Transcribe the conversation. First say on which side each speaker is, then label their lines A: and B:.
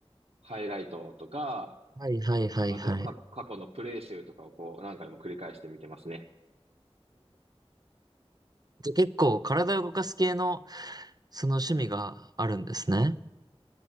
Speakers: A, on the right; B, on the right.
A: ハイライトとか、
B: はいはいはいはい。
A: まあとは過過去のプレイ集とかをこう何回も繰り返して見てますね。
B: じゃあ結構体を動かす系の、その趣味があるんですね。